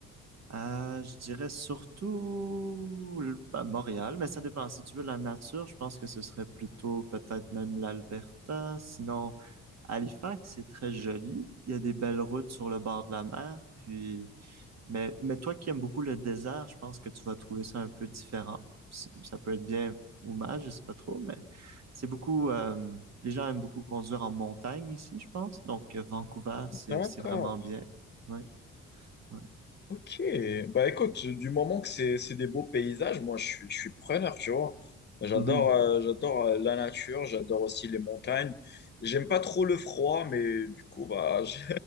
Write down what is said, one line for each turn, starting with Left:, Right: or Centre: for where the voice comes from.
Right: Euh, je dirais surtout l- à Montréal, mais ça dépend. Si tu veux la nature, je pense que ce serait plutôt peut-être même l'Alberta. Sinon, Halifax, c'est très joli. Il y a des belles routes sur le bord de la mer. Puis, mais, mais toi qui aimes beaucoup le désert, je pense que tu vas trouver ça un peu différent. Si- Ça peut être bien ou mal, je sais pas trop, mais c'est beaucoup. euh, les gens aiment beaucoup conduire en montagne ici, je pense. Donc euh, Vancouver, c'est
Left: D'accord.
Right: c'est vraiment bien. Ouais, ouais.
Left: Ok, bah écoute, du moment que c'est c'est des beaux paysages, moi je suis, je suis preneur, tu vois. J'adore
Right: Mhm.
Left: euh, j'adore euh, la nature, j'adore aussi les montagnes. J'aime pas trop le froid, mais du coup, bah, <laughs> je-